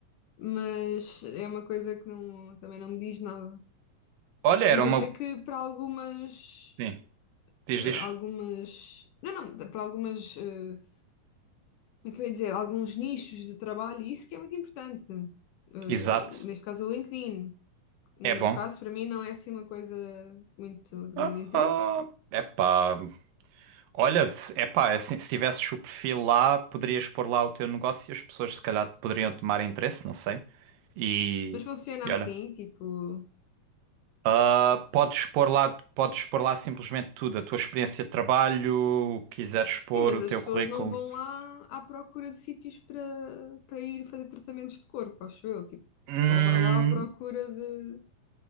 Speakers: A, on the left; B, on the right.
A: mas é uma coisa que não, também não me diz nada.
B: Olha, era
A: Mas
B: uma.
A: eu sei que para algumas,
B: Sim, diz,
A: eh,
B: diz.
A: algumas, não, não, para algumas, eh, como é que eu ia dizer, alguns nichos de trabalho, isso que é muito importante. Eh,
B: Exato.
A: neste caso o LinkedIn. No
B: É bom.
A: meu caso, para mim não é assim uma coisa muito de
B: Ah,
A: grande interesse,
B: ah, epá, Olha, se- epá, é assim, se tivesses o perfil lá, poderias pôr lá o teu negócio e as pessoas se calhar poderiam tomar interesse, não sei. E,
A: mas funciona
B: e
A: assim,
B: olha,
A: tipo.
B: ah, podes pôr lá, podes pôr lá simplesmente tudo, a tua experiência de trabalho, o que quiseres pôr,
A: Sim, mas
B: o teu
A: as pessoas
B: currículo.
A: não vão lá à procura de sítios para, para ir fazer tratamentos de corpo, acho eu. Tipo, o
B: Hum,
A: pessoal vai lá à procura de.